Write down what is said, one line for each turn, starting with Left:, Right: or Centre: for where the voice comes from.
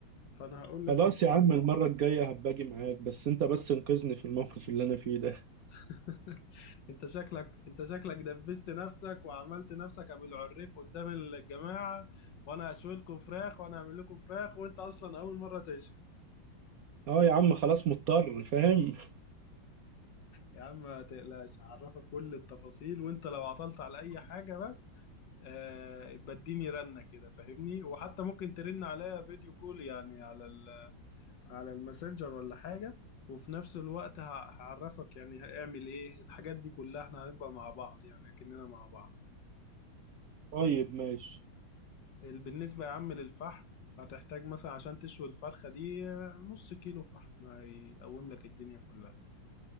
Left: فانا هقول لك
Right: خلاص
Left: دلوقتي
Right: يا عم المرة الجاية هباجي معاك بس انت بس انقذني في الموقف اللي انا فيه ده
Left: <laughs> انت شكلك انت شكلك دبست نفسك وعملت نفسك ابو العريف قدام الجماعة وانا هشوي لكم فراخ وانا هعمل لكم فراخ وانت اصلا اول مرة تشوي
Right: اه يا عم خلاص مضطر فاهم
Left: يا عم ما تقلقش هعرفك كل التفاصيل وانت لو عطلت على اي حاجة بس آه بديني رنة كده فاهمني وحتى ممكن ترن عليا فيديو كول يعني على ال- على الماسنجر ولا حاجة وفي نفس الوقت ه- هعرفك يعني هاعمل ايه الحاجات دي كلها احنا هنبقى مع بعض يعني اكننا مع بعض
Right: طيب ماشي
Left: ال- بالنسبة يا عم للفحم هتحتاج مثلا عشان تشوي الفرخة دي آه، نص كيلو فحم هيقوم لك الدنيا كلها